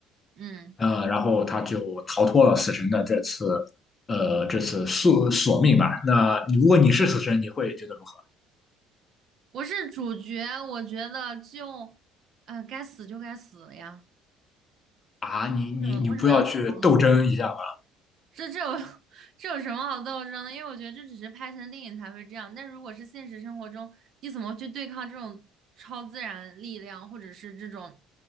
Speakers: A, on the right (about 55°); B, on the left (about 30°).
A: 嗯，
B: 呃，然后他就逃脱了死神的这次，呃，这次索索命吧。那你如果你是死神，你会觉得如何
A: 我是主角，我觉得就，呃，该死就该死了呀，
B: 啊？你你你不要去斗争一下吧？
A: 为什么为什么要逃呢？这这有 <laughs> 这有什么好斗争的？因为我觉得这只是拍成电影才会这样，但如果是现实生活中，你怎么去对抗这种超自然力量，或者是这种，